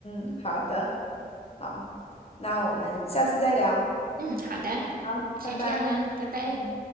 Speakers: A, on the left (about 40°); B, on the right (about 65°).
A: 嗯，好的，好，那我们下次再聊，
B: 嗯，好的，
A: 好，
B: 先这样啦，
A: 拜拜。
B: 拜拜。
A: 嗯。